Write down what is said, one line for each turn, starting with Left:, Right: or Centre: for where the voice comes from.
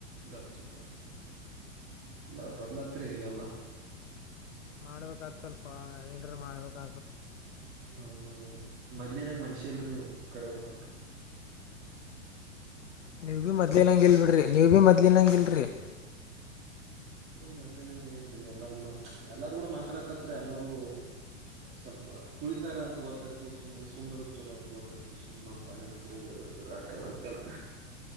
Right: ಗಪ್ ಚುಪ. ಇಲ್ಲಾ ಬದ್ಲಾತ್ರಿ ಅಲ್ಲಾ.
Left: ಮಾಡ್ಬೇಕತಲ್ಪ ಏನ್ರು ಮಾಡ್ಬೇಕ.
Right: ಹೌದೌದದು ಮದ್ಲಿ ನಂಗ್ ಮನ್ಷಿಲ್ರರಿ ನೀವು ಕರಿ ಹೋಗ್. ಕೊಂಡ.
Left: ನೀವ ಬಿ ಮೊದ್ಲಿನಂಗಲ್ ಬಿಡ್ರಿ ನೀವ ಭೀ ಮದ್ಲಿನಂಗಲ್ರಿ. <inaudible>
Right: ಏನ್ ಮದ್ಲಿನಂಗ ಏನ್ರಿ ಎಲ್ಲಾರ್ ಕೂಡ ಎಲ್ಲಾರ ಕೂಡ ಮಾತಾಡಕತ್ರಿ ಎಲ್ಲಾರೂ. ಸ್ವಲ್ಪ ತುಳಿತಾರೆ ಅಂತ ಗೊತ್ತಾಯ್ತು ಸುಮ್ಮ್ ಸುಮ್ಮನೆರುತ್ತ ಚಲೋ ಅಂತ ಗೊತ್ತಾಯ್ತು ನಮ. ಪಾಣಿ ನಂಬ್ರಗ ಇರ್ತವ ಆಟೆ ಮತ್ತೇನ.